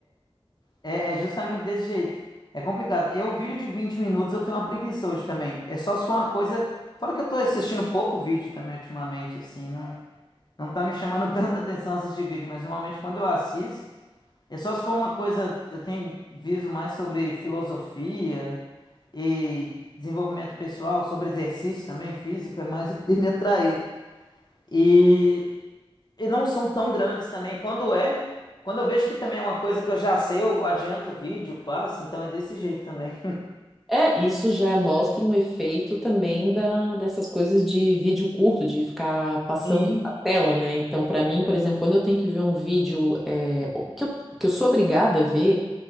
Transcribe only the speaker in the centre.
É, isso já mostra um efeito também da, dessas coisas de vídeo curto, de ficar passando
a tela,
né? Então, para mim, por exemplo, quando eu tenho que ver um vídeo é, o- que eu, que eu sou obrigada a ver,